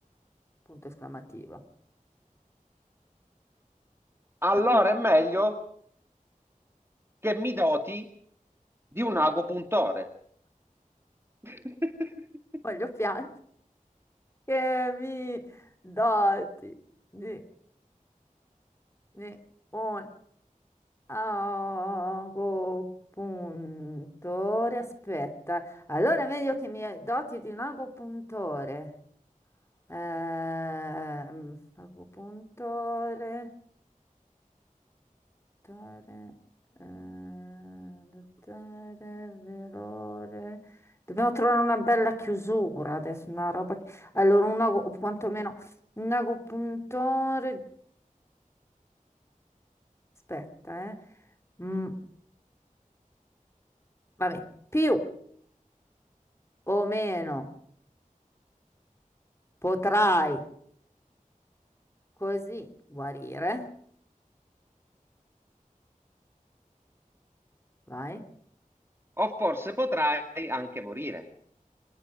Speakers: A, on the left; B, on the right.
A: Punto esclamativo.
B: Allora è meglio che mi doti di un ago puntore. <laughs>
A: Voglio piangere. Che mi doti di Ne- un agopuntore, aspetta. Allora è meglio che mi doti di un agopuntore. Ehm, agopuntore, dottore, eh, dottore, verore. Dobbiamo trovare una bella chiusura adesso, una roba che... Allora, un ago, o quantomeno un agopuntore. Aspetta, eh. Mm. Vabbè, più o meno potrai così guarire, vai,
B: O forse potrai anche morire.